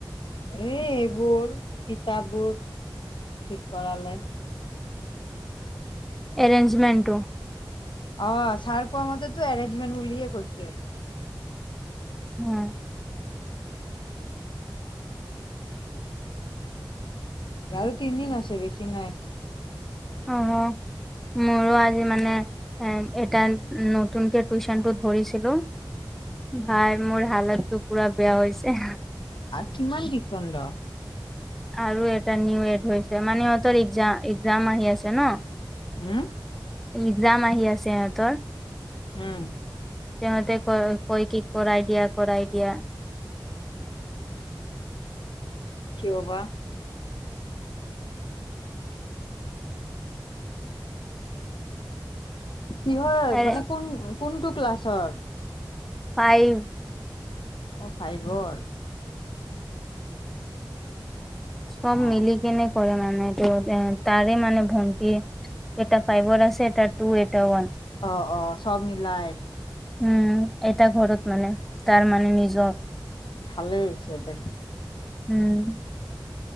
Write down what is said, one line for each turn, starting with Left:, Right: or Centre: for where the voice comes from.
Left: এই এইবোৰ কিতাপবোৰ ঠিক কৰালে।
Centre: এৰেঞ্জমেণ্টটো
Left: অ ছাৰ কোৱা মতেতো এৰেঞ্জমেণ্ট বুলিয়ে কৈছে।
Centre: উম
Left: আৰু তিনদিন আছে বেছি নাই।
Centre: অ অ মোৰো আজি মানে এ এটা নতুনকে টিউচন টোত ধৰিছিলো ভাই মোৰ হালততো পুৰা বেয়া হৈছে।
Left: আৰু কিমান বিপন্দ
Centre: আৰু এটা নিউ এড হৈছে মানে ইহঁতৰ একজা একজাম আহি আছে ন
Left: ওৱো
Centre: একজাম আহি আছে ইহঁতৰ
Left: উম
Centre: তেওঁহতে ক কয় কি কৰাই দিয়া কৰাই দিয়া
Left: কিয় বা কিহৰ
Centre: আৰে
Left: মানে কোন কোনটো ক্লাছৰ?
Centre: ফাইভ
Left: অ ফাইভৰ
Centre: চব
Left: অ
Centre: মিলি কেনে কৰে মানে তেওঁ তেওঁ তাৰে মানে ভণ্টিয়ে এটা ফাইভৰ আছে, এটা টু, এটা ওৱান
Left: অ অ চব মিলাই
Centre: উম এটা ঘৰত মানে তাৰ মানে নিজৰ
Left: ভালেই হৈছে দে।
Centre: উম